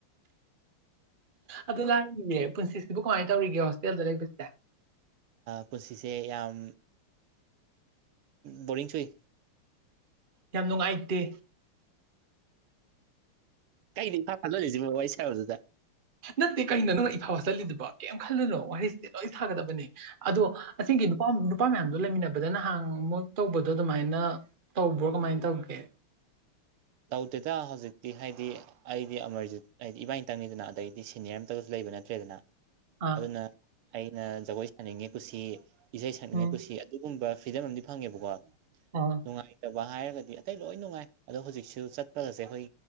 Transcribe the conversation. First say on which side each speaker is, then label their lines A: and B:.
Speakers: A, on the right; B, on the right.
A: ꯑꯗꯨ ꯂꯥꯛꯔꯤꯅꯦ ꯄꯨꯟꯁꯤꯁꯤꯕꯨ ꯀꯃꯥꯏꯅ ꯇꯧꯔꯤꯒꯦ ꯍꯣꯁꯇꯦꯜꯗ ꯂꯩꯕꯁꯦ
B: ꯄꯨꯟꯁꯤꯁꯦ ꯌꯥꯝ ꯕꯣꯔꯤꯡ ꯁꯨꯏ
A: ꯌꯥꯝ ꯅꯨꯡꯉꯥꯏꯇꯦ
B: ꯀꯩꯗꯤ ꯏꯝꯐꯥ ꯐꯍꯜꯂꯤꯁꯤꯃ ꯋꯥꯔꯤ ꯁꯔꯣꯗꯨꯗ
A: ꯅꯠꯇꯦ ꯀꯩꯅꯣ ꯅꯪ ꯏꯐꯥꯎ ꯆꯠꯂꯤꯗꯨꯕ ꯀꯩꯝ ꯈꯜꯂꯨꯅꯣ ꯋꯥꯔꯤꯁꯤꯁꯦ ꯂꯣꯏ ꯁꯥꯒꯗꯕꯅꯦ ꯑꯗꯣ ꯑꯁꯤꯒꯤ ꯅꯨꯄꯥ ꯅꯨꯄꯥ ꯃꯌꯥꯝꯗꯣ ꯂꯩꯃꯤꯟꯅꯕꯗ ꯅꯍꯥꯟ ꯃꯨꯛ ꯇꯧꯕꯗꯣ ꯑꯗꯨꯃꯥꯏꯅ ꯇꯧꯕ꯭ꯔꯣ ꯀꯃꯥꯏꯅ ꯇꯧꯒꯦ
B: <inaudible> ꯇꯧꯗꯦꯗ ꯍꯧꯖꯤꯛꯇꯤ ꯍꯥꯏꯗꯤ ꯑꯩꯗꯤ ꯑꯃꯔꯖꯤꯠ ꯍꯥꯏꯗꯤ ꯏꯕꯥꯅꯤꯇꯪꯅꯤꯗꯅ ꯑꯗꯩꯗꯤ ꯁꯦꯅꯤꯌꯔ ꯑꯝꯇꯒꯁꯨ ꯂꯩ ꯅꯠꯇ꯭ꯔꯦꯗꯅ
A: ꯑꯥ
B: ꯑꯗꯨꯅ ꯑꯩꯅ ꯖꯒꯣꯏ ꯁꯥꯅꯤꯡꯉꯤ ꯀꯨꯁꯤ ꯏꯁꯩ ꯁꯛꯅꯤꯡꯉꯤ
A: ꯎꯝ
B: ꯀꯨꯁꯤ ꯑꯗꯨꯒꯨꯝꯕ ꯐ꯭ꯔꯤꯗꯝ ꯑꯃꯗꯤ ꯐꯪꯉꯦꯕꯀꯣ
A: ꯑꯥ
B: ꯅꯨꯡꯉꯥꯏꯇꯕ ꯍꯥꯏꯔꯒꯗꯤ ꯑꯇꯩ ꯂꯣꯏ ꯅꯨꯡꯉꯥꯏ ꯑꯗꯣ ꯍꯧꯖꯤꯛꯁꯦ ꯁ ꯆꯠꯄꯒꯁꯦ ꯑꯩꯈꯣꯏ